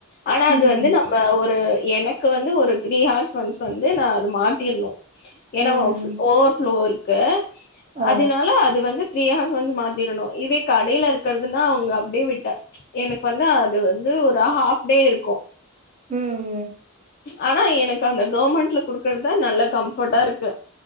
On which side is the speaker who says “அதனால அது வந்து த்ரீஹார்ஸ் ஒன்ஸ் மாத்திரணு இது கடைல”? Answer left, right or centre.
Left